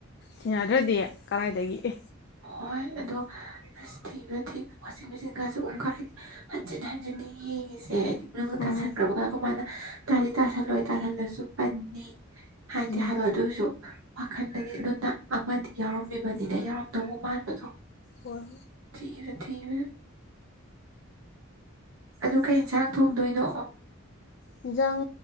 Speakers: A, on the left; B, on the right.
A: ꯊꯤꯟꯅꯗ꯭ꯔꯗꯤ ꯀꯔꯥꯏꯗꯒꯤ ꯑꯦ
B: ꯍꯣꯏ ꯑꯗꯣ ꯑꯁ ꯊꯤꯕꯗꯥ ꯊꯤꯕꯗ ꯋꯥꯆꯤꯡ ꯃꯦꯆꯤꯟꯒꯥꯁꯦ ꯑꯣꯟꯒꯥꯏꯕꯤ ꯍꯟꯖꯤꯟ ꯍꯖꯤꯟꯅ ꯌꯦꯡꯉꯤꯖꯦ <unintelligible> ꯅꯪꯅ
A: ꯎꯝ
B: ꯇꯥꯁꯟꯒ꯭ꯔꯕꯀ ꯀ ꯃꯥꯅ ꯇꯥꯗꯤ ꯇꯥꯁꯜꯂꯣꯏ ꯇꯥꯁꯜꯂꯁꯨ ꯄꯟꯅꯤ ꯍꯥꯏꯗꯤ
A: ꯎꯝ
B: ꯍꯥꯏꯕ ꯑꯗꯨꯏꯁꯨ ꯋꯥꯈꯟꯗꯗꯤ <unintelligible> ꯑꯃꯗꯤ ꯌꯥꯎꯔꯝꯃꯤꯕꯅꯤꯅ ꯌꯥꯎꯔꯝꯗꯒꯨꯝ ꯃꯥꯟꯕꯊꯣ
A: ꯋꯥꯎ
B: ꯁꯨ ꯊꯦꯝꯃꯨ ꯑꯗꯨ ꯀꯩ ꯌꯦꯟꯁꯥꯡ ꯊꯣꯡꯗꯣꯏꯅꯣ
A: ꯌꯦꯟꯖꯥꯡ